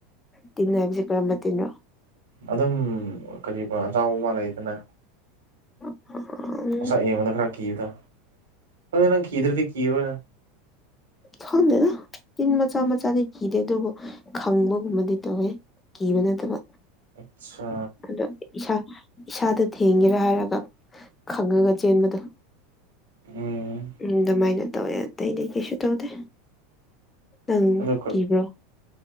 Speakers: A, on the left (about 20°); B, on the right (about 85°).
A: ꯇꯤꯟ ꯍꯥꯏꯕꯁꯤ ꯀꯔꯝꯕ ꯇꯤꯅꯣ
B: ꯑꯗꯨꯝ ꯀꯔꯤꯕ ꯑꯆꯧꯕ ꯑꯃ ꯂꯩꯗꯅ
A: <unintelligible>
B: ꯃꯁꯛ ꯌꯦꯡꯕꯗ ꯈꯔ ꯀꯤꯕꯗꯣ ꯈꯪꯗꯦ ꯅꯪ ꯀꯤꯗ꯭ꯔꯗꯤ ꯀꯤꯔꯔꯣꯏꯗ
A: ꯈꯪꯗꯦꯗ ꯇꯤꯟ ꯃꯆꯥ ꯃꯆꯥꯗꯤ ꯀꯤꯗꯦ ꯑꯗꯨꯕꯨ ꯈꯪꯕꯒꯨꯝꯕꯗꯤ ꯇꯧꯋꯦ ꯀꯤꯕ ꯅꯠꯇꯕ
B: ꯑꯠꯁꯥ
A: ꯑꯗꯣ ꯏꯁꯥ ꯏꯁꯥꯗ ꯊꯦꯡꯒꯦꯔꯥ ꯍꯥꯏꯔꯒ ꯈꯪꯉꯒ ꯆꯦꯟꯕꯗꯣ
B: ꯎꯝ
A: ꯎꯝ ꯑꯗꯨꯃꯥꯏꯅ ꯇꯧꯋꯦ ꯑꯇꯩꯗꯤ ꯀꯩꯁꯨ ꯇꯧꯗꯦ ꯅꯪ
B: ꯑꯗꯨ
A: ꯀꯤꯕ꯭ꯔꯣ